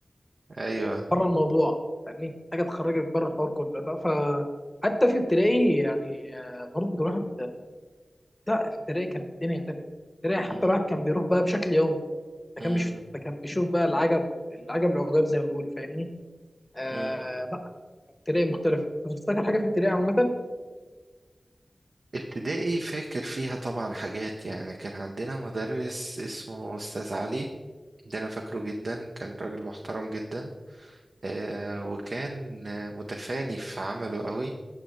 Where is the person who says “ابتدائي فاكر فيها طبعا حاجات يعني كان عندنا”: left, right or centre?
Right